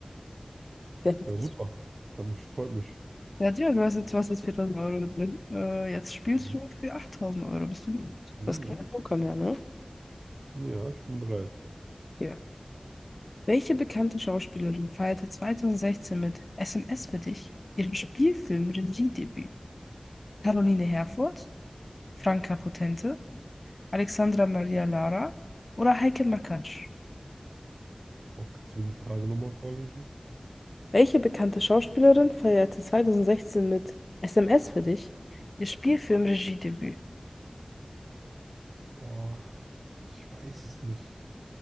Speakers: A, on the left; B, on the right.
A: Der hätte
B: Ja, super.
A: es-
B: Dann mich, freut mich.
A: Der hat ja, du hast jetzt was ist 4000 Euro da drin. Äh, jetzt spielst
B: Mhm.
A: du für 8000 Euro. Bist du gut?
B: Uh,
A: Das ist kein Poker mehr, ne?
B: ja, ich bin bereit.
A: Ja. Welche bekannte Schauspielerin feierte 2016 mit SMS für dich ihren Spielfilm-Regiedebüt? Caroline Herfurth, Franka Potente, Alexandra Maria Lara oder Heike Makatsch?
B: Boah, kannst du mir die Frage nochmal vorlesen?
A: Welche bekannte Schauspielerin feierte 2016 mit SMS für dich ihr Spielfilm-Regiedebüt?
B: Boah, ich weiß es nicht.